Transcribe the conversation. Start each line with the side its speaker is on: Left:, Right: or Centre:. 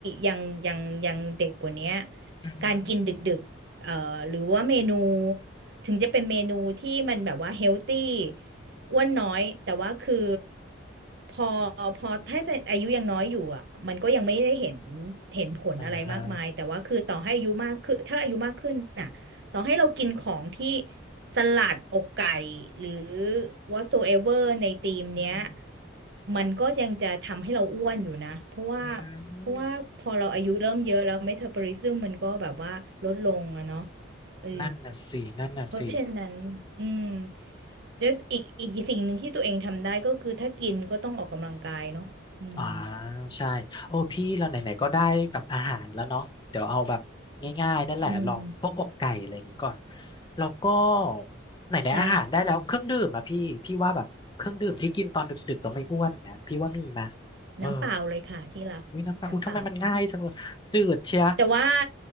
Right: ยังยังยังเด็กกว่าเนี้ย
Left: อือหือ
Right: การกินดึกดึกเอ่อหรือว่าเมนูถึงจะเป็นเมนูที่มันแบบว่าเฮลตี้อ้วนน้อยแต่ว่าคือพอพอถ้าจะอายุยังน้อยอยู่อ่ะมันก็ยังไม่ได้เห็นเห็นผลอะไรมากมายแต่ว่าคือต่อให้อายุมากขึ้นถ้าอายุมากขึ้นอ่ะ
Left: อ่าฮะ
Right: ต่อให้เรากินของที่สลัดอกไก่หรือ whatsoever ในธีมเนี้ย
Left: อืม
Right: มันก็ยังจะทำให้เราอ้วนอยู่นะเพราะว่า
Left: อืม
Right: เพราะว่าพอเราอายุเริ่มเยอะแล้วเมตาบอลิซึมมันก็แบบว่าลดลงอะเนาะเออ
Left: นั่นน่ะสินั่นน่ะสิ
Right: เพราะฉะนั้นอืมแล้วอีกอีกสิ่งหนึ่งที่ตัวเองทำได้ก็คือถ้ากินก็ต้องออกกำลังกายเนาะอืม
Left: อ่าใช่โอ้พี่เราไหนๆก็ได้แบบอาหารแล้วเนาะเดี๋ยวเอาแบบง่ายๆนั่นแหละลองพวกอกไก่อะไรอย่างงี้ก่อน
Right: อืม
Left: แล้วก็ไหนๆอาหารได้แล้วเครื่องดื่มอะพี่พี่ว่าแบบเครื่องดื่มที่กินตอนดึกๆต้องไม่อ้วนนะพี่ว่ามีมา
Right: ใช่
Left: เออ
Right: น้ำเปล่าเลยค่ะที่รักน้ำเปล่า
Left: วิน้ำปลาอุ้ยทำไมมันง่ายจังเลยจืดเชีย
Right: แต่ว่า